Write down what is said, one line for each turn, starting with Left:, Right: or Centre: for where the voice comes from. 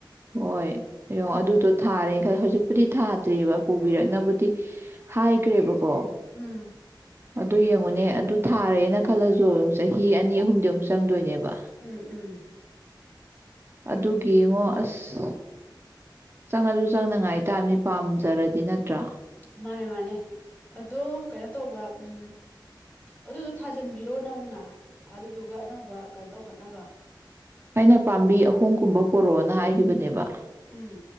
Right: ꯍꯣꯏ ꯍꯡ ꯑꯗꯨꯗꯣ ꯊꯥꯔꯦ ꯈꯜ ꯍꯧꯖꯤꯛꯄꯨꯗꯤ ꯊꯥꯗ꯭ꯔꯤꯕ ꯄꯨꯕꯤꯔꯛꯕꯨꯗꯤ ꯍꯥꯏꯈ꯭ꯔꯦꯕꯀꯣ
Left: ꯎꯝ
Right: ꯑꯗꯨ ꯌꯦꯡꯉꯨꯅꯦ ꯑꯗꯨ ꯊꯥꯔꯦꯅ ꯈꯜꯂꯁꯨ ꯆꯍꯤ ꯑꯅꯤ ꯑꯍꯨꯝꯗꯤ ꯑꯃꯨꯛ ꯆꯪꯗꯣꯏꯅꯦꯕ
Left: ꯎꯝ ꯎꯝ
Right: ꯑꯗꯨꯒꯤ ꯏꯉꯣ ꯑꯁ ꯆꯪ ꯑꯗꯨ ꯑꯗꯨ ꯆꯪꯅꯉꯥꯏꯇꯥꯥꯕꯅꯤ ꯄꯥꯝꯖꯔꯗꯤ ꯅꯠꯇ꯭ꯔꯥ
Left: ꯃꯥꯅꯦ ꯃꯥꯅꯦ ꯑꯗꯣ ꯀꯩꯅꯣ ꯇꯧꯕ ꯎ ꯑꯗꯨꯗꯣ ꯊꯥꯖꯟꯕꯤꯔꯣ ꯅꯧꯅ ꯑꯗꯨꯗꯨꯒ ꯑꯅꯧꯕ ꯀꯩꯅꯣ ꯇꯧꯈꯣꯠꯅꯕ
Right: ꯑꯩꯅ ꯄꯥꯝꯕꯤ ꯑꯍꯨꯝꯒꯨꯝꯕ ꯄꯣꯔꯛꯑꯣꯅ ꯍꯥꯏꯈꯤꯕꯅꯦꯕ
Left: ꯎꯝ